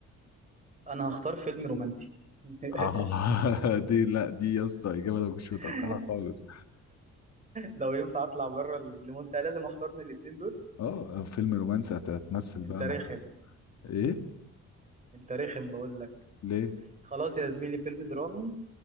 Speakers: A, on the right; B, on the left.
A: انا هختار فيلم رومانسي <laughs>
B: اه <laughs> دي لا دي يا اسطى اجابه انا ما كنتش متوقعها
A: <laughs>
B: خالص
A: لو ينفع اطلع بره ال- المنتهى لازم اختار من الاتنين دول
B: اه فيلم رومانسي هت- هتمثل
A: انت
B: بقى
A: رخم
B: مع ايه
A: انت رخم بقول لك
B: ليه
A: خلاص يا زميلي فيلم درامي